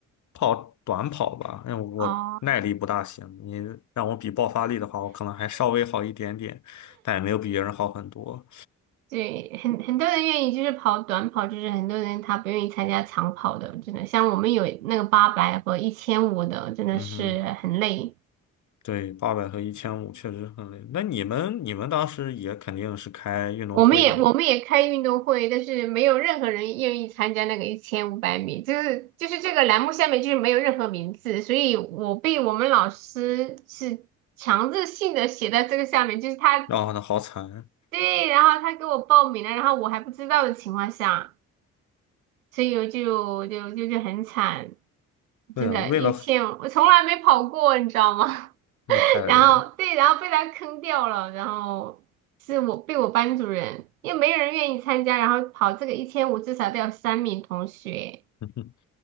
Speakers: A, on the left; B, on the right.
A: 跑短跑吧，因为我耐力不大行。
B: 哦，
A: 你让我比爆发力的话，我可能还稍微好一点点，但也没有比别人好很多。
B: 对，很很多人愿意就是跑短跑，就是很多人他不愿意参加长跑的，真的，像我们有那个八百和一千五的，真的是很累。
A: 嗯哼，对，八百和一千五确实很累。那你们你们当时也肯定是开运动会的吧？
B: 我们也我们也开运动会，但是没有任何人愿意参加那个一千五百米，就是就是这个栏目下面就是没有任何名字，所以我被我们老师是强制性的写在这个下面，就是他
A: 然后呢，好惨。
B: 对，然后他给我报名了，然后我还不知道的情况下，所以我就就就就很惨，
A: 对啊，
B: 真的，
A: 为了
B: 一千我从来没跑过，你知道吗？
A: 我太累了。
B: 然后对，然后被他坑掉了，然后是我被我班主任，因为没有人愿意参加，然后跑这个一千五至少都要三名同学。
A: <laughs>